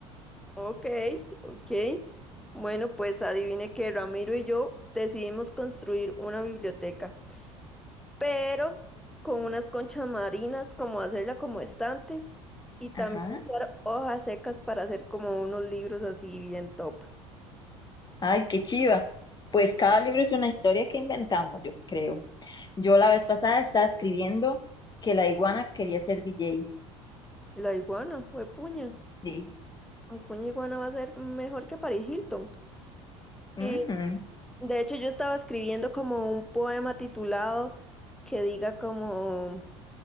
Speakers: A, in the centre; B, on the left (about 25°).
A: Ok, ok. Bueno, pues adivine que Ramiro y yo decidimos construir una biblioteca, pero con unas conchas marinas, como hacerla como estantes, y también
B: Ajá,
A: usar hojas secas para hacer como unos libros así bien top.
B: ay, qué chiva. Pues cada libro es una historia que inventamos, yo creo. Yo la vez pasada estaba escribiendo que la iguana quería ser DJ.
A: La iguana, huepuña.
B: Sí,
A: Acuña Iguana va a ser mejor que Paris Hilton.
B: ujú,
A: Y de hecho yo estaba escribiendo como un poema titulado que diga como